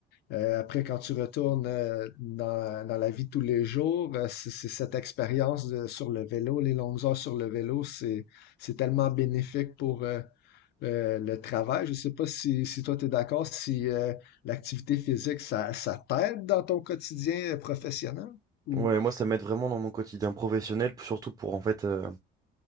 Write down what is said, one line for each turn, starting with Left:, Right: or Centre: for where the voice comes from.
Left: Euh, après, quand tu retournes euh, dans, dans la vie de tous les jours, euh, c'est c'est cette expérience de- sur le vélo, les longues heures sur le vélo, c'est, c'est tellement bénéfique pour, euh, euh, le travail. Je ne sais pas si, si toi, tu es d'accord, si euh, l'activité physique, ça, ça t'aide dans ton quotidien euh, professionnel? Ou...
Right: Ouais, moi ça m'aide vraiment dans mon quotidien professionnel, surtout pour en fait, euh,